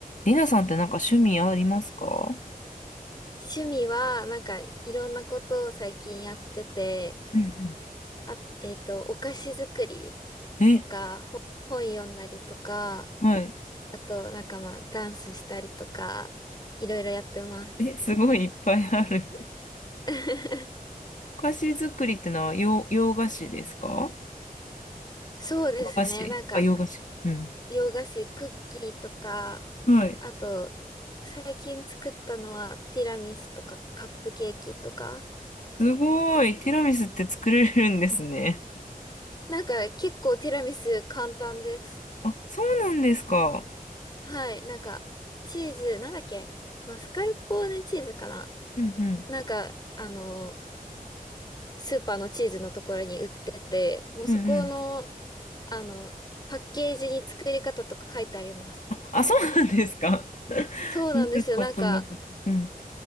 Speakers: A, on the left; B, on the left.
A: りなさんってなんか趣味ありますか
B: 趣味は、なんか、いろんなことを最近やってて、
A: うんう
B: あ、えっと、お菓子作り
A: んえ、
B: とか、ほ本読んだりとか、
A: はい。
B: あと、なんかまあ、ダンスしたりとか、いろいろやってます。
A: え、すごいいっぱいある。
B: <laughs>
A: <laughs> お菓子作りってのは洋、洋菓子ですか
B: そうですね。
A: 和菓子あ、
B: なんか、
A: 洋菓子。うん。
B: 洋菓子、クッキーとか、
A: はい。
B: あと、最近作ったのは、ティラミスとか、カップケーキとか、
A: すごい。ティラミスって作れるんですね。
B: なんか、結構ティラミス簡単です。
A: あ、そうなんですか。
B: はい、なんか、チーズ、なんだっけマスカルポーネチーズかな
A: うんうん。
B: なんか、あの、スーパーのチーズのところに売ってて、もうそこの、
A: うんうん。
B: あの、パッケージに作り方とか書いてあります。
A: あ、そうなんですか。<laughs>
B: そうなんですよ。
A: 見たことなかった。
B: なんか、
A: うん。